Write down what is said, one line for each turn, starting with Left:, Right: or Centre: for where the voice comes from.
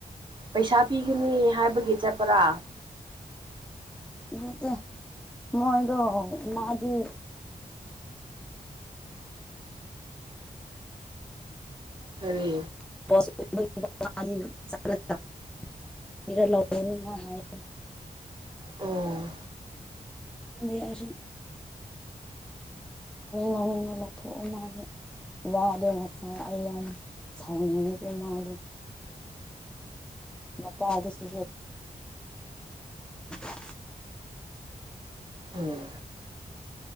Right: ꯄꯩꯁꯥ ꯄꯤꯒꯅꯤ ꯍꯥꯏꯕꯒꯤ ꯆꯠꯄꯔꯥ
Centre: ꯅꯠꯇ‌ꯦ ꯃꯣꯏꯗꫭ ꯃꯥꯗꯤ
Right: ꯀꯔꯤ
Centre: ꯆ <unintelligible>
Right: ꯑꯣ
Centre: ꯈꯪꯗ‌ꯦ ꯑꯩꯁꯨꯂꯧꯅꯤꯡ ꯂꯧꯅꯤꯡꯕ ꯂꯧꯊꫭꯛꯑꫭ ꯃꯥꯗꯤ ꯋꯥꯗꯣ ꯉꯁꯥꯏ ꯑꯩ ꯌꯥꯝ ꯁꯥꯎꯅꯤꯡꯉꯤ ꯃꯥꯗꯣ ꯂꯀꯗꯤ ꯁ <unintelligible>
Right: ꯎꯝ